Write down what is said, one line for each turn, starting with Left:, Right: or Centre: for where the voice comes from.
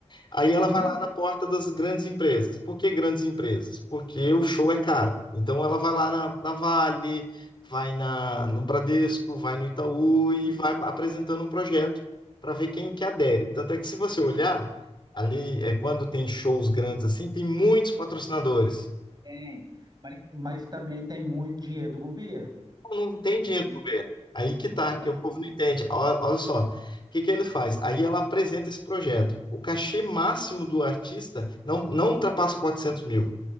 Left: Aí ela
Right: uhum,
Left: vai lá na porta das grandes empresas. Por que grandes empresas? Porque o show é caro. Então ela vai lá na, na Vale, vai na, no Bradesco, vai no Itaú e
Right: e
Left: vai apresentando um projeto para ver quem que adere. Tanto é que se você olhar, ali é quando tem shows grandes assim, tem muitos patrocinadores.
Right: tem, mas, mas também tem muito dinheiro do governo.
Left: não tem dinheiro
Right: Você não
Left: do governo. Aí que tá, que
Right: tem
Left: o povo não entende. Ó- Olha só, o que que ele faz? Aí ela apresenta esse projeto. O cachê máximo do artista não, não ultrapassa 400 mil.